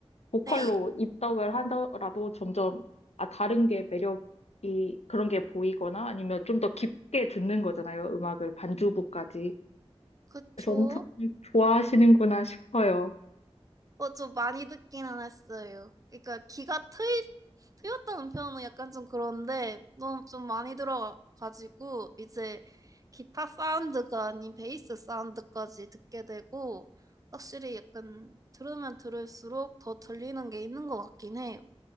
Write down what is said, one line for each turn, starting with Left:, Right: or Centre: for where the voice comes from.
Left: 보컬로
Right: 네,
Left: 입덕을 하더라도 점점 아 다른 게 매력이 그런 게 보이거나 아니면 좀 더 깊게 듣는 거잖아요. 음악을 반주부까지.
Right: 그쵸.
Left: 그래서 엄청 좋아하시는구나 싶어요.
Right: 어, 좀 많이 듣기는 했어요. 그러니까 귀가 트이, 트였다는 표현은 약간 좀 그런데 너무 좀 많이 들어가지고 이제 기타 사운드가 아닌 베이스 사운드까지 듣게 되고 확실히 약간 들으면 들을수록 더 들리는 게 있는 것 같긴 해요.